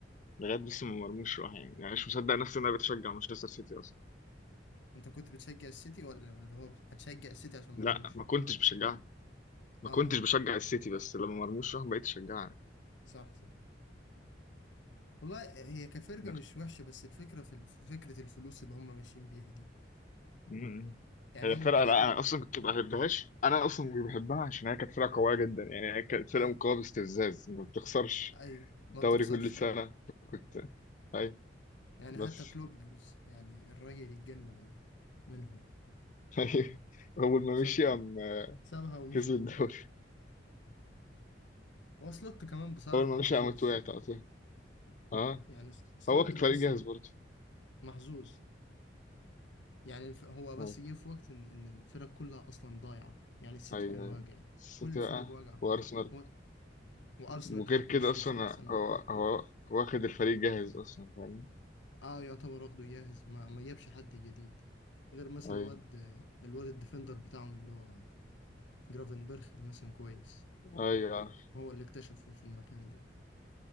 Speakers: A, on the left; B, on the left.
A: لغايه بس ما مرموش راح يعني يعني مش مصدق نفسي ان انا بتشجع مانشستر سيتي اصلا
B: انت كنت بتشجع السيتي ولا ولا هو هتشجع السيتي عشان
A: لا
B: مرموش
A: ما كنتش بشجعها ما
B: اه
A: كنتش
B: اه
A: بشجع السيتي بس لما مرموش راح بقيت اشجعها يعني.
B: صح صح والله هي كفرقة
A: انا
B: مش
A: كنت...
B: وحشة بس الفكرة في في فكرة الفلوس اللي هم ماشيين بيها دي
A: م- م.
B: يعني
A: هي
B: هم
A: الفرقه
B: كلاعب
A: لا انا اصلا كنت ما بحبهاش انا اصلا مش بحبها عشان هي كانت فرقه قويه جدا يعني هي كانت فرقه
B: أي
A: مقاومه باستفزاز ما بتخسرش
B: أيوة
A: دوري
B: ما بتخسرش
A: كل سنة
B: أيوة
A: كنت أي
B: يعني
A: بس
B: حتى كلوب يعني الراجل اتجنن منهم
A: <laughs> أي أول ما
B: سابت
A: مشي قام
B: سابها ومشي
A: كسب الدوري
B: <laughs> هو سلوت كمان بصراحة
A: أول ما مشي
B: محظوظ
A: قام وقعت على طول أه
B: يعني س- سلوت
A: هو كان
B: بحسه
A: فريق جاهز
B: م-
A: برضه
B: محظوظ يعني الف... هو بس
A: أه.
B: جه في وقت إن... إن الفرق كلها أصلا ضايعة يعني السيتي
A: أيوه
B: كان واجع
A: أيوه السيتي
B: كل الفرق
A: بقى
B: واجعة
A: وأرسنال
B: هو... وأرسنال
A: وغير
B: كانت
A: كده
B: مش
A: أصلا
B: مش أحسن
A: هو هو واخد الفريق جاهز أصلا فاهم
B: اه يعتبر واخده جاهز ما, ما جابش حد جديد غير مثلا
A: أيوه
B: الواد الواد الديفندر بتاعهم اللي هو جرافنبرخ ده مثلا كويس
A: أيوه عارف
B: هو اللي اكتشفه في المكان ده